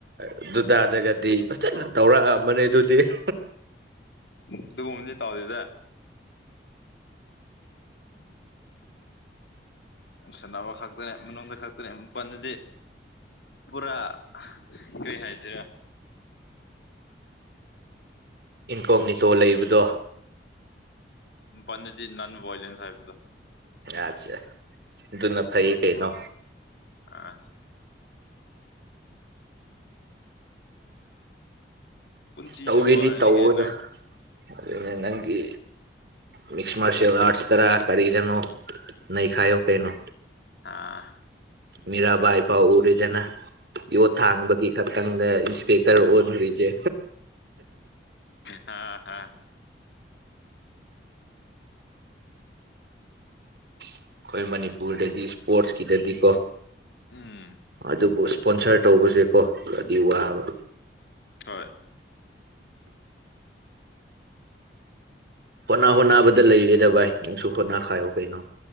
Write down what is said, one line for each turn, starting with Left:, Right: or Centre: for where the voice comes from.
Right: ꯑꯗꯨꯗꯨꯗꯥꯥꯗꯒꯗꯤ ꯐꯖꯅ ꯇꯧꯔꯛꯑꯝꯕꯅꯤ ꯑꯗꯨꯗꯤ <inaudible>
Left: ꯑꯗꯨꯒꯨꯝꯕꯗꯤ ꯇꯧꯗꯦꯗ ꯁꯥꯟꯅꯕ ꯈꯛꯇꯅꯦ ꯃꯅꯨꯡꯗ ꯈꯛꯇꯅꯦ ꯃꯄꯜꯗꯗꯤ ꯄꯨꯔꯥ ꯀꯔꯤ ꯍꯥꯏꯁꯤꯔꯥ
Right: ꯏꯟꯀꯣꯛ ꯅꯤꯇꯣꯜ ꯂꯩꯕꯗꯣ
Left: ꯄꯅꯦꯗꯤ ꯅꯟ ꯏꯂꯦꯟ ꯁꯥꯕꯗ
Right: ꯑꯆꯥ ꯑꯗꯨꯅ ꯐꯩ ꯀꯩꯅꯣ
Left: ꯑꯥ ꯄꯨꯟꯁꯤꯁꯦ
Right: ꯇꯧꯒꯗꯤ
Left: ꯋꯥꯔꯅꯤ
Right: ꯇꯧꯗ
Left: ꯀꯩꯅꯣ
Right: ꯑꯗꯨꯅꯦ ꯅꯪꯒꯤ ꯃꯁ ꯃꯥꯔꯁ ꯑꯔꯁ ꯇꯔ ꯀꯗꯅ ꯅ ꯈꯥꯏ ꯀꯩꯅꯣ
Left: ꯑꯥ
Right: ꯃꯤꯔꯥꯕꯥꯏ ꯐꯥꯎ ꯎꯔꯤꯗꯅ ꯌꯣꯠ ꯊꯥꯡꯕꯒꯤ ꯈꯛ ꯈꯤꯇꯪꯗ ꯏꯟꯁꯄꯦꯛꯇꯔ ꯑꯣꯨꯔꯤꯁꯦ
Left: ꯍꯥꯥ ꯍ
Right: ꯑꯩꯈꯣꯏ ꯃꯅꯤꯄꯨꯔꯗꯗꯤ ꯏꯁꯄꯣꯔꯠꯁꯀꯤꯗꯗꯤꯀꯣ
Left: ꯎꯝ
Right: ꯑꯗꯨꯕꯨ ꯏꯁꯄꯣꯟꯁꯔ ꯇꯧꯕꯁꯦꯀꯣ ꯑꯗꯨꯗꯤ ꯋꯥꯕ
Left: ꯍꯣꯏ
Right: ꯍꯣꯠꯅꯥ ꯍꯣꯅꯕꯗ ꯂꯩꯔꯦꯗ ꯚꯥꯏ ꯅꯪꯁꯨ ꯍꯣꯠꯅꯥ ꯈꯥꯏꯌꯣ ꯀꯩꯅꯣ